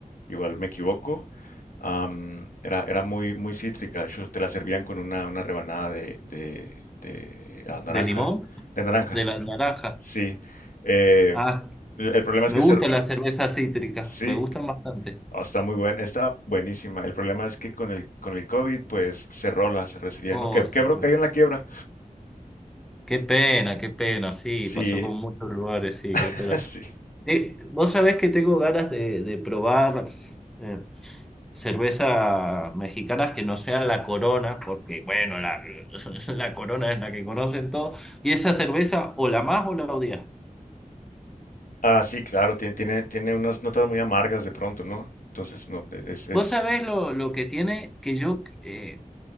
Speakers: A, on the left (about 70°); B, in the centre.
A: Igual me equivoco. Am, era, era muy, muy cítrica. De hecho, te la servían con una, una rebanada de, de, de, ah, naranja.
B: ¿De limón?
A: De naranja,
B: De la naranja.
A: sí. Eh,
B: Ah,
A: el el problema
B: me
A: es que
B: gusta
A: se,
B: la cerveza cítrica.
A: Sí,
B: Me gustan bastante.
A: Oh, está muy buena, está buenísima. El problema es que con el, con el COVID, pues cerró la cervecería,
B: Oh,
A: ¿no? Que, quebró,
B: son-
A: cayó en la quiebra.
B: qué pena, qué pena. Sí,
A: Sí,
B: pasó con muchos lugares, sí,
A: <laughs>
B: qué pena.
A: sí.
B: Eh, vos sabés que tengo ganas de, de probar. eh, cervezas mexicanas que no sean la Corona, porque bueno, la, <laughs> la Corona es la que conocen todos, y esa cerveza o la más o la odias.
A: Ah, sí, claro, tiene, tiene, tiene unas notas muy amargas de pronto, ¿no? Entonces, no, e-, es, es...
B: Vos sabés lo, lo que tiene, que yo eh,